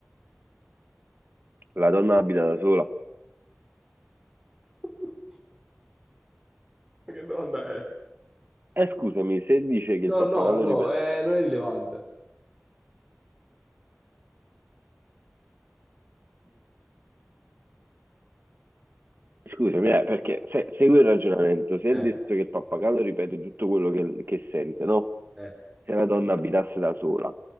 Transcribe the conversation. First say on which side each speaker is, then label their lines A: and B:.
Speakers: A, on the right (about 50°); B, on the right (about 15°).
A: La donna abita da sola.
B: <laughs> Ma Che domanda è?
A: E scusami, se dice che il
B: No,
A: pappagallo
B: no, no,
A: ripete...
B: eh, non è rilevante.
A: Scusami, eh, perché se, segui il ragionamento, se
B: Eh,
A: è detto che il pappagallo ripete tutto quello che, che sente, no?
B: eh.
A: se la donna abitasse da sola,